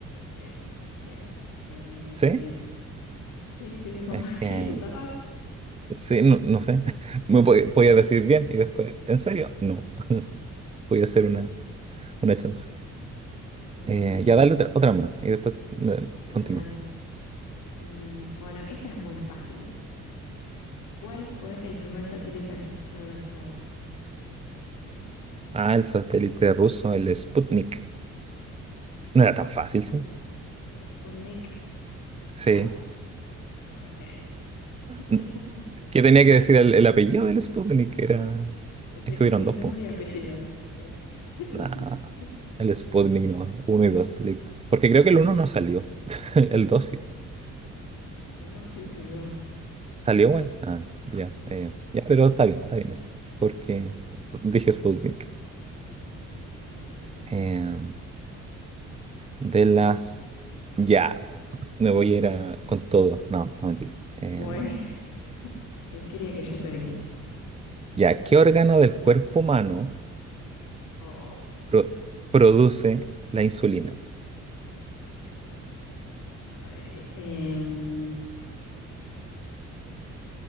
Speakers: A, on the left (about 90°); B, on the right (about 20°).
A: Eh, bien, bien, bien, bien,
B: ¿Sí?
A: bien, bien. Sí, sí, Roma,
B: Es
A: <laughs>
B: que
A: ¿qué dudabas?
B: Sí, no, no sé. <laughs> Me po- podía decir bien y después, ¿en serio? No. <laughs> Voy a hacer una, una chance.
A: Eh,
B: Eh, ya dale otra, otra más y
A: te-
B: después eh,
A: bueno,
B: continúo.
A: dale. Mm, bueno, esta es muy fácil. ¿Cuál fue el primer satélite artificial lanzado?
B: Ah, el satélite ruso, el Sputnik. No era tan fácil,
A: Spun-
B: ¿sí?
A: Sputnik
B: Sí.
A: 1. Ok. <laughs>
B: N- ¿Qué tenía que decir el, el apellido del Sputnik? Era...
A: Eh, Tenías
B: Es que hubieron
A: que decir
B: dos,
A: nombre
B: pues.
A: y apellido. Sí. <laughs>
B: Nah, el Sputnik nomás, uno y dos, listo. Porque creo que el uno no salió, <laughs> el dos sí.
A: El uno sí salió.
B: ¿Salió, bueno? Ah, ya,
A: Sí,
B: eh,
A: sí.
B: ya, pero está bien, está bien eso. Porque dije Sputnik.
A: Ok, dale.
B: Em, de las... Ya, me voy a ir a- con todo. No, no mentira. Em,
A: Bueno, <laughs> él quería que yo perdiera.
B: ya, ¿qué órgano del cuerpo humano
A: Oh,
B: pro- produce la insulina?
A: ay, em,